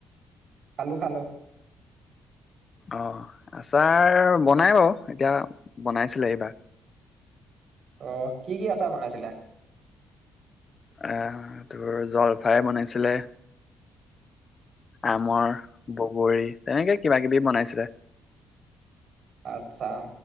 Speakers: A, on the right (about 60°); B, on the left (about 40°).
A: খালো খালো
B: অ আচাৰ বনাই বাৰু এতিয়া বনাইছিলে এইবাৰ
A: আহ কি কি আচাৰ বনাইছিলে
B: আহ তোৰ জলফাই বনাইছিলে আমাৰ বগৰী তেনেকে কিবা কিবি বনাইছিলে
A: আত্ছা